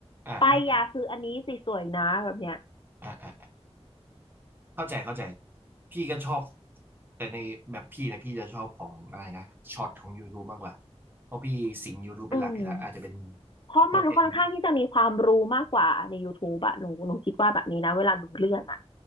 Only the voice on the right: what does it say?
่าอ่าอ่าอ่า
อ่าอ่าเข้าใจเข้าใจพี่ก็ชอบแต่ในแบบพี่นะพี่จะชอบของอะไรนะช็อตของ YouTube มากกว่าเพราะพี่สิง YouTube เป็นหลักอยู่แล้วอาจจะเป็น
โปรเจกต์ที่